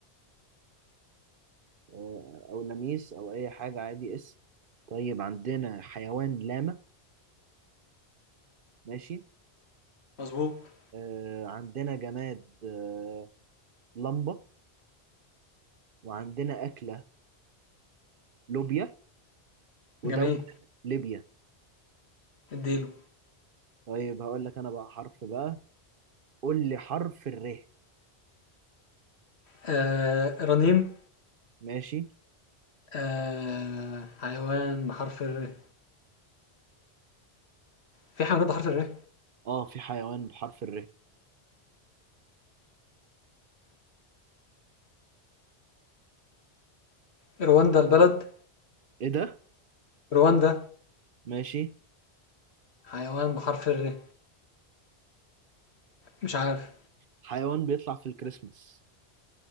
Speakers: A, on the right; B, on the left.
A: آه، او لميس او اي حاجه عادي اسم طيب عندنا حيوان لاما ماشي
B: مظبوط
A: آه، عندنا جماد آه، لمبه وعندنا اكله لوبيا ودوله
B: جميل
A: ليبيا
B: اديله
A: طيب هقول لك انا بقى حرف بقى قول لي حرف الر
B: آه رنيم
A: ماشي
B: آه حيوان بحرف الر في حيوانات بحرف الر
A: اه في حيوان بحرف الر
B: رواندا البلد
A: ايه ده
B: رواندا
A: ماشي
B: حيوان بحرف الر مش عارف
A: حيوان بيطلع في الكريسماس